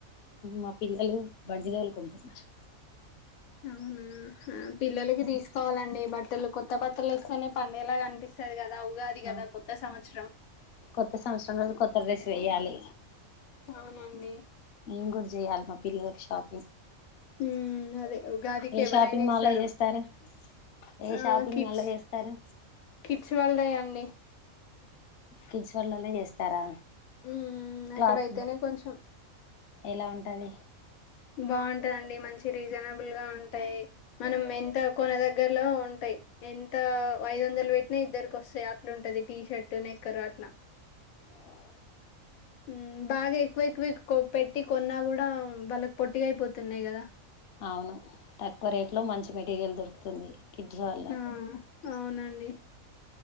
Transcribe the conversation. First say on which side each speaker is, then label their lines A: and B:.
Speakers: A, on the left; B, on the left.
A: మా పిల్లలు బండిదలుకుంటున్నారు
B: అవునా పిల్లలకి ఆ తీసుకోవాలండి బట్టలు కొత్త బట్టలు వస్తనే పండేలా కనిపిస్తది కదా ఉగాది
A: ఆ
B: కదా కొత్త సంవత్సరం
A: కొత్త సంవత్సరం రోజు కొత్త డ్రెస్ వేయాలి
B: అవునండి
A: మేము కూడా చెయాలి మా పిల్లలకి షాపింగ్
B: ఉమ్ అదే ఉగాదికి
A: ఏ
B: ఎవరైనా
A: షాపింగ్ మాలో
B: ఇస్తారు
A: చేస్తారు ఏ
B: ఆ
A: షాపింగ్
B: కిడ్స్
A: మాలో చేస్తారు
B: కిడ్స్ వాళ్ళే అండి
A: కిడ్స్ వేర్ లోనే చేస్తారా
B: ఉమ్
A: క్లాత్
B: అక్కడయితేనే కొంచెం
A: ఎలా ఉంటది
B: బాగుంటదండి మంచి రీజనల్ నబుల్ ఉంటాయి మనం ఎంత కొన దగ్గరలో ఉంటాయి ఎంత ఐదు వందలు పెట్టినా ఇద్దరికోస్తాయి అట్లుంటది టీ షర్ట్ నెక్కరు అట్లా
A: <inaudible>
B: ఉమ్ బాగా ఎక్కువ ఎక్కువ పెట్టి కొన్నా కూడా వాళ్ళక్ పొట్టిగాయిపోతున్నాయి కదా
A: అవును తక్కువ రేట్ లో మంచి మెటీరియల్ దొరుకుతుంది కిడ్స్ వరల్డ్ లో
B: ఆ అవునండి